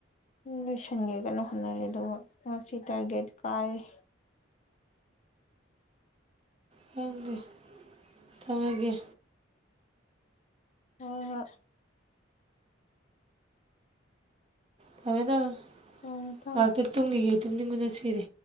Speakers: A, on the left; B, on the right.
A: ꯂꯣꯏꯁꯤꯟꯒꯦꯅ ꯍꯣꯠꯅꯔꯦ ꯑꯗꯨꯒ ꯉꯁꯤ ꯇꯥꯔꯒꯦꯠ ꯀꯥꯏꯔꯦ
B: ꯈꯪꯗꯦ ꯊꯝꯃꯒꯦ
A: ꯍꯣꯏ ꯍꯣꯏ
B: ꯊꯝꯃꯦ ꯊꯝꯃꯦ
A: ꯊꯝꯃꯦ ꯊꯝꯃꯦ
B: ꯉꯥꯏꯍꯥꯛꯇ ꯇꯨꯝꯒꯤꯒꯦ ꯇꯨꯝꯅꯤꯡꯕꯅ ꯁꯤꯔꯦ